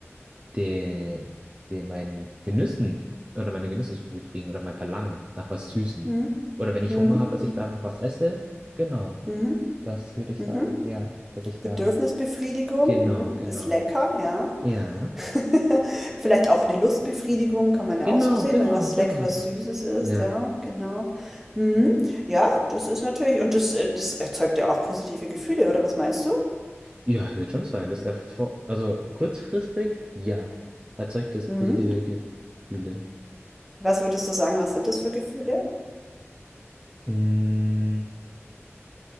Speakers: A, on the right; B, in the centre.
A: der, der mein Genüssen oder meine Genüsse zu befriedigen oder mein Verlangen nach was Süßem.
B: Mhm.
A: Oder wenn ich
B: Mhm.
A: Hunger habe, dass
B: Mhm.
A: ich da einfach was esse. Genau,
B: Mhm.
A: das würde ich
B: Mhm.
A: sagen, ja, dass ich da.
B: Bedürfnisbefriedigung,
A: Genau,
B: mhm.
A: genau.
B: Ist lecker, ja.
A: Ja,
B: <laughs> Vielleicht auch eine Lustbefriedigung, kann man ja
A: genau,
B: auch so sehen,
A: genau,
B: wenn was Leckeres,
A: genau.
B: Süßes ist,
A: Ja,
B: ja, genau. Mhm. Ja, das ist natürlich, und das, äh, das erzeugt ja auch positive Gefühle, oder was meinst du?
A: ja, ich würde schon sagen, das erfor also kurzfristig, ja, erzeugt das positive
B: Mhm.
A: Gefühle.
B: Was würdest du sagen, was sind das für Gefühle?
A: Mm,